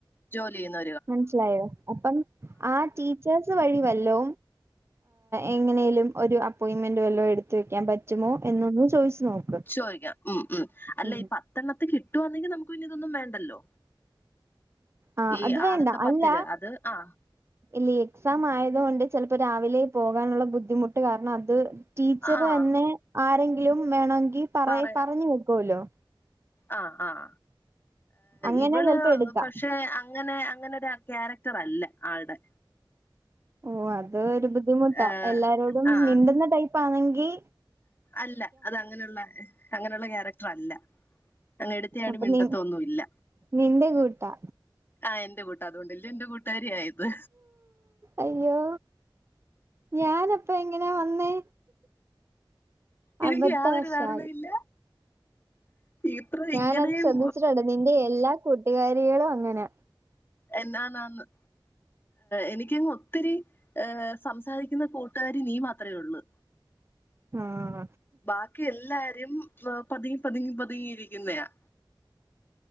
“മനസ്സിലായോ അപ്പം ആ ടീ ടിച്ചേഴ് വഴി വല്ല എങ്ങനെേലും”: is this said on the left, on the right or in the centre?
Right